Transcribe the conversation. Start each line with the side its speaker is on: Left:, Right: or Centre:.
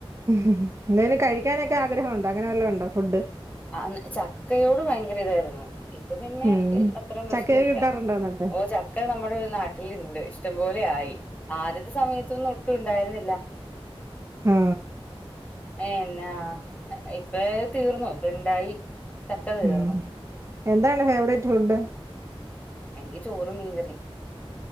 Right: ഉം എന്തെലും
Left: ഉം
Right: കഴിക്കാനൊക്കെ ആഗ്രഹം ഉണ്ടോ അങ്ങനെ വല്ലോം ഉണ്ടോ ഫുഡ്
Left: ആ ന്ന് ചക്കയോട് ഭയങ്കര ഇതായിരുന്നു ഇപ്പ പിന്നെ
Right: ഉം
Left: അത്തരം പ്രശ്നം
Right: ചക്കയൊക്കെ
Left: ഇല്ല
Right: കിട്ടാറുണ്ടോ എന്നിട്ട്
Left: ഓ ചക്ക നമ്മുടെ നാട്ട്ൽ ഇണ്ട് ഇഷ്ടം പോലെ ആയി യി ആദ്യത്തെ സമയത്തൊന്നും ഒട്ടും ഇണ്ടായിര്ന്നില്ല
Right: ആ
Left: ഏ എന്നാ ഇപ്പയെ തീർന്നു ഇപ്പ ഇണ്ടായി ചക്ക തീർന്നു
Right: ഉം എന്താണ് ഫേവറേറ്റ് ഫുഡ്
Left: എനിക്ക് ചോറും മീൻകറിയും